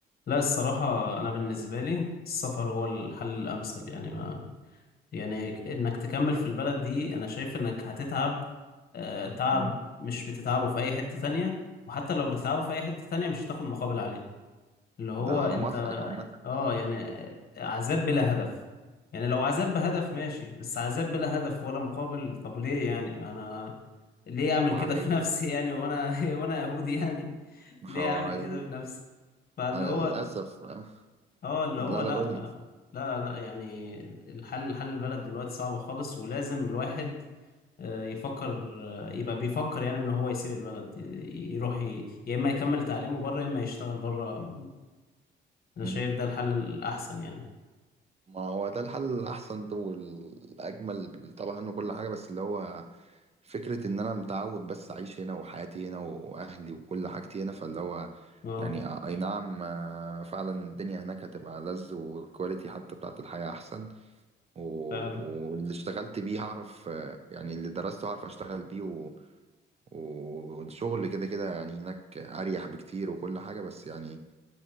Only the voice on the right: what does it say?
مم.
ده
انا موافقك عامة
وعلى
ايه
بقى؟
حوالي
انا
للاسف آه،
لا
لا قول لي
مم.
ما هو ده الحل الاحسن والاجمل طبعا وكل حاجه بس اللي هو فكره ان انا متعود بس اعيش هنا وحياتي هنا واهلي وكل حاجتي هنا فاللي هو
يعني آه، اي نعم آه، فعلا الدنيا هناك هتبقى لذ والكواليتي حتى بتاعت الحياه احسن و-
واللي اشتغلت بيه هعرف آه، يعني اللي درسته هعرف اشتغل بيه والشغل كده كده يعني هناك اريح بكتير وكل حاجه بس يعني